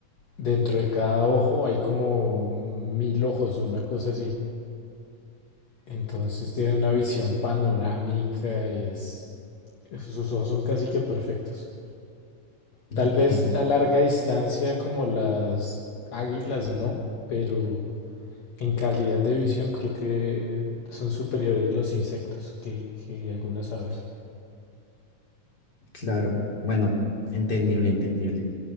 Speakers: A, on the left (about 55°); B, on the left (about 30°).
A: dentro de cada ojo hay como mil ojos, una cosa así. Entonces tienen una visión panorámica y es, es- sus ojos son casi que perfectos. Tal
B: Ok,
A: vez a larga distancia como las águilas no, pero en calidad de visión creo que son superiores los insectos que, que algunas aves.
B: claro. Bueno, entendible, entendible.